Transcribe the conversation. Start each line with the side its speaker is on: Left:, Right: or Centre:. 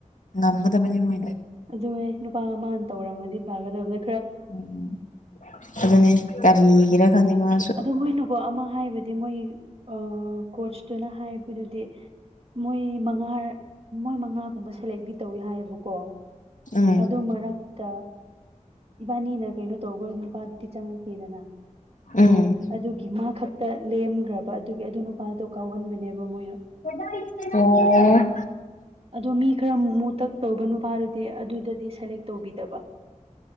Left: ꯉꯝꯒꯗꯕꯅꯤ ꯃꯣꯏꯅ
Right: ꯑꯗꯨꯅꯦ ꯅꯨꯄꯥ ꯑꯃꯅ ꯇꯧꯔꯝꯃꯗꯤ ꯐꯥꯒꯗꯕ ꯅ
Left: ꯎꯝ ꯑꯗꯨꯅꯦ ꯀꯔꯤꯒꯔꯥ ꯈꯪꯅꯤ ꯃꯥ
Right: ꯑꯗꯨ ꯃꯣꯏꯅꯨꯀꯣ ꯑꯃ ꯍꯥꯏꯕꯗꯤ ꯃꯣꯏ ꯑ ꯀꯣꯆꯇꯨꯅ ꯍꯥꯏꯕꯗꯨꯗꯤ ꯃꯣꯏ ꯃꯉꯥꯔ ꯃꯣꯏ ꯃꯉꯥꯒꯨꯝꯕ ꯁꯦꯂꯦꯛꯇꯤ ꯇꯧꯋꯦ ꯍꯥꯏꯌꯦꯕꯀꯣ
Left: ꯎꯝ
Right: ꯑꯗꯨ ꯃꯔꯛ ꯇ ꯏꯕꯥꯅꯤꯅ ꯀꯩꯅꯣ ꯇꯧꯒ ꯅꯨꯄꯥꯗꯨꯗꯤ ꯆꯪꯉꯛꯇꯦꯗꯅ
Left: ꯎꯝ
Right: ꯑꯗꯨꯒꯤ ꯃꯥ ꯈꯛꯇ ꯂꯦꯝꯈ꯭ꯔꯕ ꯑꯗꯨꯒꯤ ꯑꯗꯨ ꯅꯨꯄꯥꯗꯣ ꯀꯥꯎꯍꯟꯕꯅꯦꯕ ꯃꯣꯏꯅ
Left: ꯍ ꯑꯣ
Right: ꯑꯗꯣ ꯃꯤ ꯈꯔ ꯃꯨ ꯇꯛ ꯇꯧꯕ ꯅꯨꯄꯥꯗꯨꯗꯤ ꯑꯗꯨꯗꯗꯤ ꯗꯤ ꯁꯦꯂꯦꯛ ꯇꯧꯕꯤꯗꯕ